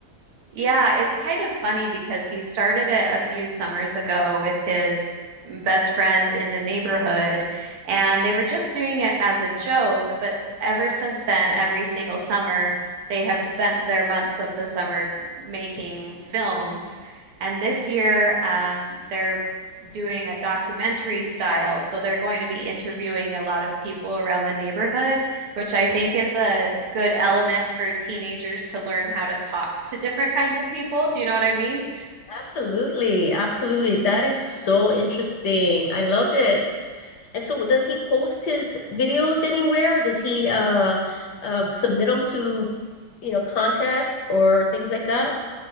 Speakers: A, on the right; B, on the left.
A: Yeah, it's kind of funny because he started it a few summers ago with his best friend in the neighborhood, and they were just doing it as a joke. But ever since then, every single summer, they have spent their months of the summer making films. And this year, um, they're doing a documentary style. So they're going to be interviewing a lot of people around the neighborhood which I think is a good element for teenagers to learn how to talk to different kinds of people. Do you know what I mean?
B: Absolutely, absolutely. That is so interesting. I love it. And so does he post his videos anywhere? Or does he uh, uh submit them to, you know, contests or things like that?